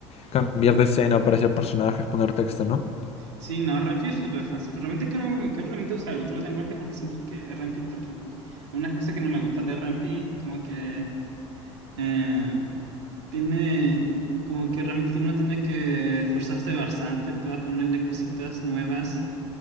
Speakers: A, on the left (about 45°); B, on the right (about 80°).
A: cambiar de escena, aparecer personajes, poner texto, ¿no?
B: Sí, no, Renfi es súper fácil, pero realmente quiero, quiero realmente usar otro lenguaje porque siento que Renfi tampoco, hay unas cosas que no me gustan de Renfi, como que... Eh, tiene, como que realmente uno tiene que esforzarse bastante para ponerle cositas nuevas,